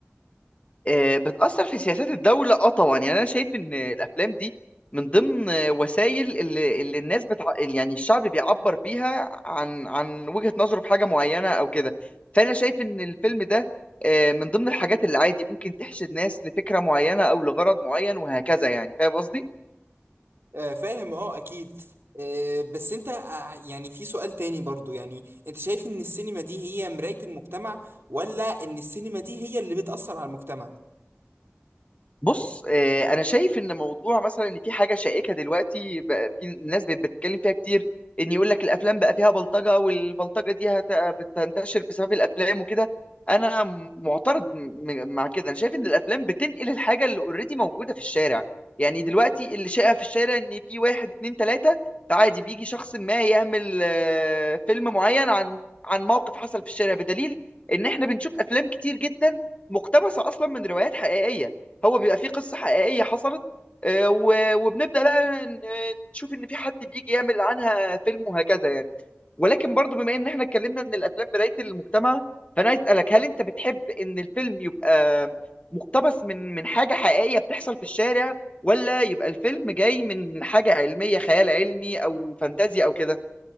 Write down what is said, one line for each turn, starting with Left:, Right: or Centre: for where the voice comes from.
Left: آه، بتأثر في سياسات الدولة اه طبعا يعني انا شايف ان الافلام دي من ضمن آه، وسائل اللي, اللي الناس بتع... يعني الشعب بيعبر بيها عن عن وجهة نظره في حاجة معينة او كده فانا شايف ان الفيلم ده آه، من ضمن الحاجات اللي عادي ممكن تحشد ناس لفكرة معينة او لغرض معين وهكذا يعني فاهم قصدي
Right: آه فاهم أه أكيد. آه بس أنت آه، يعني في سؤال تاني برضو يعني أنت شايف إن السينما دي هي مراية المجتمع ولا إن السينما دي هي اللي بتأثر على المجتمع؟
Left: بص آه، انا شايف ان موضوع مثلا ان في حاجه شائكه دلوقتي بقى في الناس بت- بتتكلم فيها كتير ان يقول لك الافلام بقى فيها بلطجه والبلطجه دي هت- بتنتشر بسبب الافلام وكده انا معترض م- مع كده انا شايف ان الافلام بتنقل الحاجه اللي اوريدي موجوده في الشارع يعني دلوقتي اللي شائع في الشارع ان في واحد اتنين تلاته عادي بيجي شخص ما يعمل آه، فيلم معين عن عن موقف حصل في الشارع بدليل ان احنا بنشوف افلام كتير جدا مقتبسه اصلا من روايات حقيقيه هو بيبقى فيه قصة حقيقية حصلت آه، و- وبنبدأ بقى ن- نشوف إن في حد بيجي يعمل عنها فيلم وهكذا يعني ولكن برضو بما إن إحنا اتكلمنا إن الأفلام مراية المجتمع فأنا عايز أسألك هل أنت بتحب إن الفيلم يبقى مقتبس من من حاجة حقيقية بتحصل في الشارع ولا يبقى الفيلم جاي من حاجة علمية خيال علمي أو فانتازيا أو كده؟